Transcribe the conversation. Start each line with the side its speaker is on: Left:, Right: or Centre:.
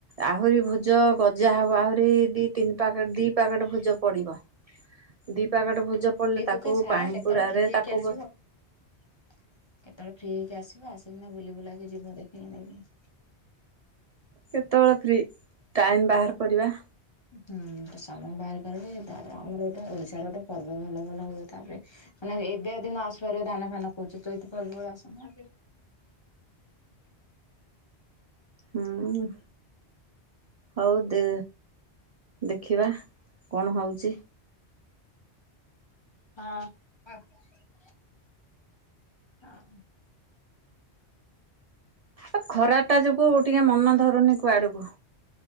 Right: ଆହୁରି ଭୁଜ ଗଜା ହବ ଆହୁରି ଦି ତିନି ପକେଟ ଦି ପକେଟ ଭୁଜ ପଡିବ। ଦି ପ୍ୟାକେଟ ଭୁଜ। ପଡିଲେ
Left: ଏଇ
Right: ତାକୁ
Left: ଫୁକା ସାର
Right: ପାଣି
Left: କେତେବେଳେ
Right: ପୁରାରେ
Left: ଫ୍ରି ହେଇକି
Right: ତାକୁ
Left: ଆସିବ।
Right: ବସି
Left: କେତେବେଳେ ଫ୍ରି ହେଇକି ଆସିବ ଆସିକିନା ବୁଲି ବୁଲାକି ଯିବ ଦେଖିକି ନେଇକି।
Right: କେତେବେଳେ ଫ୍ରି ଟାଇମ୍ ବାହାର କରିବା।
Left: ହୁଁ ତ ସମୟ ବାହାର କରିକି ତାର ଆମର ଗୋଟେ ଓଡିଶାର ଗୋଟେ ପର୍ବ ଭଲ ଭଲ ହୁଏ ତାପରେ। ମାନେ ଏବେ ଯଦି ନ ଆସିପାରିବ ଧାନ ଫାନ କହୁଛ ଚଇତ ପର୍ବ ବେଳେ ଆସୁନ।
Right: ହୁଁ ହଉ ଦେ ଦେଖିବା କଣ ହଉଛି।
Left: ହଁ। ହ ଉ। ହଁ।
Right: ଏ ଖରା ଟା ଯୋଗୁ ଟିକେ ମନ ଧରୁନି କୁଆଡୁକୁ।